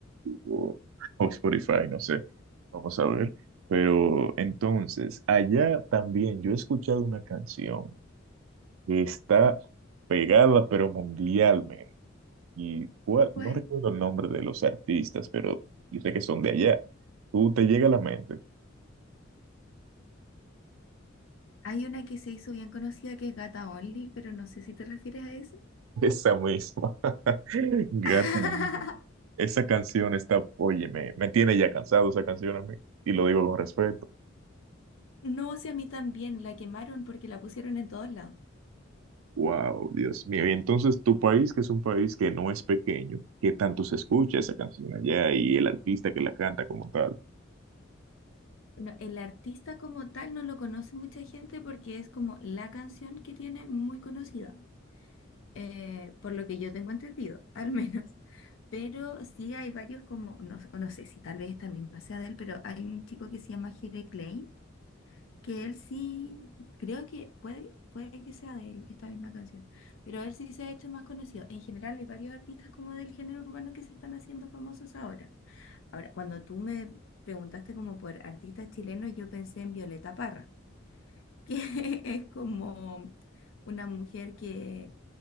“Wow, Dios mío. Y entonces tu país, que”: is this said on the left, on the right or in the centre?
Right